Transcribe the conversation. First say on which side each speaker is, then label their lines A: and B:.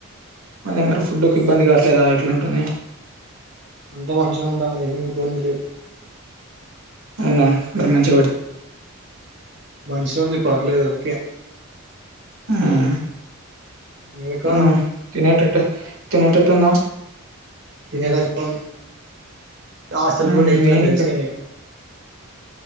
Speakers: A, on the right; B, on the right.
A: అదే మరి ఫుడ్కి ఇబ్బంది కావట్లేదా ఎట్లుంటుంది
B: అంతా మంచిగ ఉంటాందిగ ఏవి ఇబ్బంది లేదు
A: అవునా మరి మంచి
B: మంచిగ ఉంది పర్లేదు ఓకే
A: హ్మ్
B: నువ్వు ఎక్కడ
A: హ్మ్
B: ఉన్నావ్
A: తినేటట్ తినేటట్టుందా
B: తినేటట్టు ఉంది హాస్టల్
A: ఉమ్,
B: ఫుడ్ ఎట్లుంటదో
A: నేను
B: తెలుసుగా
A: ఇక్కడ
B: నీకు